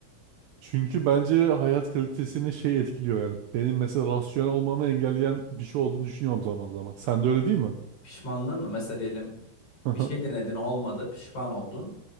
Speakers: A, on the right (about 75°); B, on the left (about 30°).
A: Çünkü bence hayat kalitesini şey etkiliyor yani. Benim mesela rasyonel olmamı engelleyen bir şey olduğunu düşünüyorum zaman zaman. Sen de öyle değil mi?
B: Pişmanlığın mı? Mesela diyelim
A: <laughs>
B: bir şey denedin olmadı, pişman oldun.